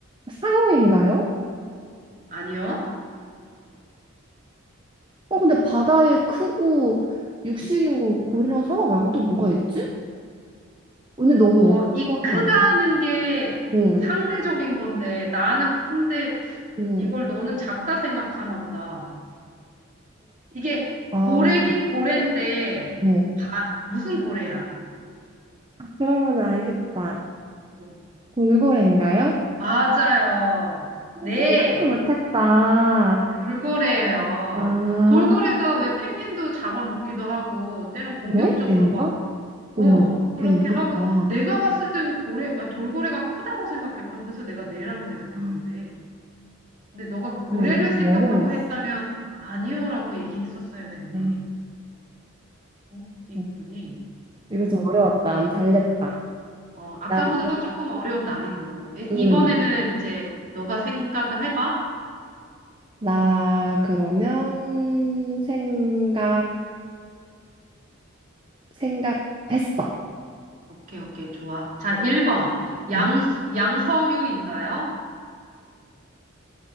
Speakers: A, on the right; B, on the right.
A: 상어인가요?
B: 아니요.
A: 어, 근데 바다에 크고 육식인 거 고래랑 상어 말고 또 뭐가 있지? 근데 너무
B: 어, 이
A: 어려운
B: 크다는
A: 거 아니야?
B: 게
A: 어,
B: 상대적인 건데, 나는 큰데,
A: 어,
B: 이걸 너는 작다 생각하나 보다. 이게
A: 어,
B: 고래긴
A: 아,
B: 고래인데,
A: 어.
B: 바, 무슨 고래야?
A: 그러면 알겠다.
B: 뭐,
A: 돌고래인가요?
B: 맞아요. 네,
A: 생각도 못했다.
B: 돌고래예요.
A: 아,
B: 돌고래가 왜 펭귄도 잡아먹기도 하고, 때론 공격적으로
A: 그래? 걔네가?
B: 막,
A: 어머,
B: 어, 그렇게
A: 걔네 무섭다.
B: 하고, 내가 봤을 때는 고래, 아, 돌고래가 크다고 생각했거든. 그래서 내가 네라고 대답했는데.
A: 아,
B: 근데 너가 고래를
A: 그래, 이거
B: 생각하고
A: 좀 어려웠어.
B: 했다면, 아니요라고 얘기했었어야 됐네.
A: 아,
B: 어? 이
A: 어,
B: 부분이.
A: 이거
B: 어.
A: 좀 어려웠다. 안 잘됐다.
B: 어, 아까보다는
A: 나 이걸,
B: 조금 어려운 난이도로. 이-
A: 음,
B: 이번에는 이제 너가 생각을 해봐.
A: 나 그러면 생각, 생각했어.
B: 오케이, 오케이, 좋아. 자, 1번. 양,
A: 응.
B: 양서류인가요?